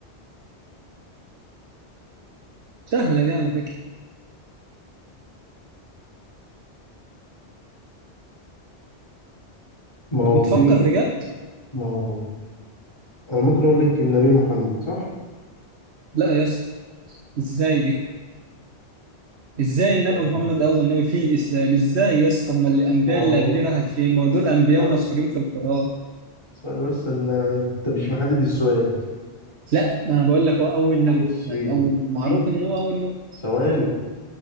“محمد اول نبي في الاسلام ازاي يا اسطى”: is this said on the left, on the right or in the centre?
Right